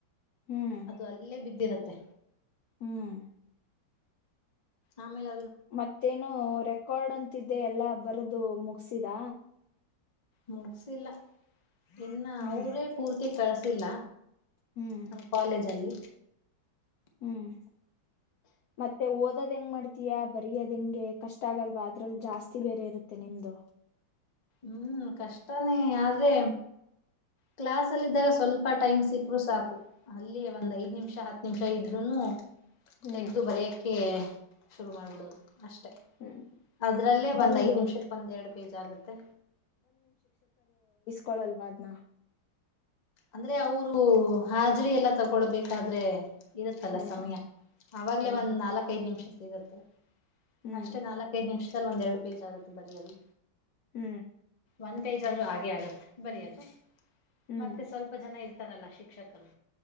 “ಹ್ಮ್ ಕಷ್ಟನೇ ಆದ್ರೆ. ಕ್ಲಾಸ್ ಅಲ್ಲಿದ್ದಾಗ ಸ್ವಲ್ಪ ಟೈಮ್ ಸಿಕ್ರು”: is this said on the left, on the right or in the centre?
Left